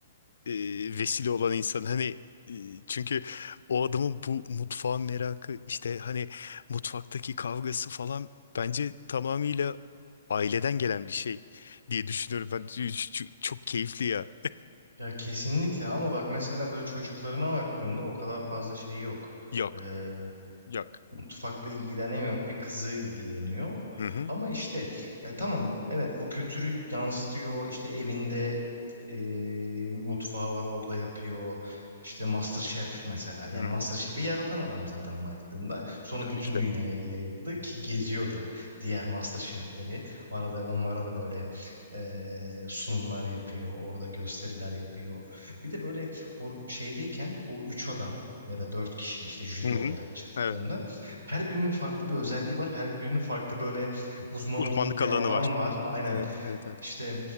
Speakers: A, on the left (about 65°); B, on the right (about 70°).
A: e, vesile olan insan hani e, çünkü o adamın bu mutfağın merakı işte hani mutfaktaki kavgası falan bence tamamıyla aileden gelen bir şey diye düşünüyorum ben Ç- ç- çok keyifli ya
B: Ya kesinlikle ama bak mesela böyle çocuklarına baktığında o kadar fazla şey yok.
A: yok
B: Ee,
A: yok
B: mutfakla ilgilenen yok bir kızı ilgileniyor.
A: hı hı,
B: Ama işte ya tamam evet bu kültürü yansıtıyor işte evinde e, mutfağı var orada yapıyor. İşte MasterChef mesela. Yani
A: hı hı.
B: MasterChef'i yaratan adam zaten baktığında. Sonra
A: tabii
B: bütün
A: ki de
B: dünyaya yayıldı ki geziyor da diğer MasterChef'leri. Arada onlara da böyle e, sunumlar yapıyor. Orada gösteriler yapıyor. Bir de böyle o şeydeyken o üç adam ya da dört kişi işte jüri
A: hı hı.
B: olarak çıktıklarında
A: evet
B: her birinin farklı bir özelliği var. Her birinin farklı böyle uzman
A: uzmanlık
B: olduğu bir
A: alanı
B: alan
A: var
B: var. Aynen.
A: evet evet evet
B: İşte